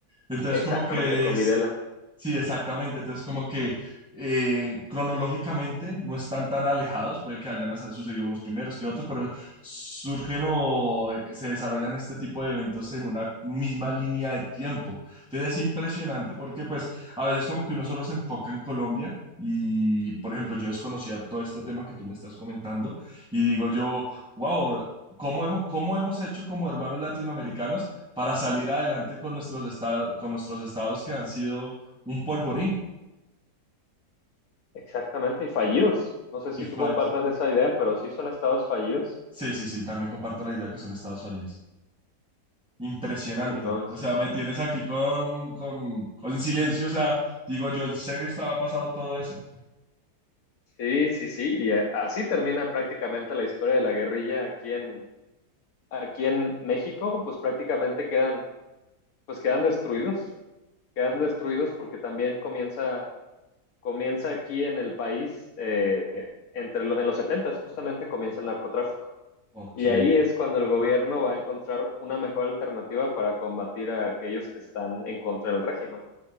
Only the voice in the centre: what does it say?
Entonces,
como que
es,
Sí, exactamente. Entonces, como que eh, cronológicamente no están tan alejados, puede que hayan hasta sucedido unos primeros que otros, pero surgen o eh, se desarrollan este tipo de eventos en una misma línea de tiempo. Entonces, es impresionante porque pues a veces como que uno solo se enfoca en Colombia y, por ejemplo, yo desconocía todo este tema que tú me estás comentando y digo yo, wow. ¿Cómo hemos, cómo hemos hecho como hermanos latinoamericanos para salir adelante con nuestros estados, con nuestros estados que han sido un polvorín
y falle.
Sí, sí, sí, también comparto la idea que son estados fallidos. Impresionante.
O sea, me tienes aquí con, con, con silencio. O sea, digo yo, ¿en serio estaba pasado todo eso?
Ok,